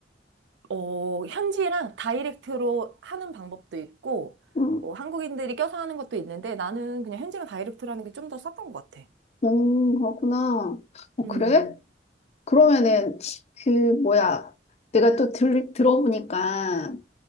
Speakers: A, on the right; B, on the left.
A: 어, 현지랑 다이렉트로 하는 방법도 있고,
B: 응,
A: 어, 한국인들이 껴서 하는 것도 있는데, 나는 그냥 현지랑 다이렉트로 하는 게 좀 더 쌌던 것 같아.
B: 음, 그렇구나. 어,
A: 음,
B: 그래? 그러면은 그 뭐야? 내가 또 들, 들어보니까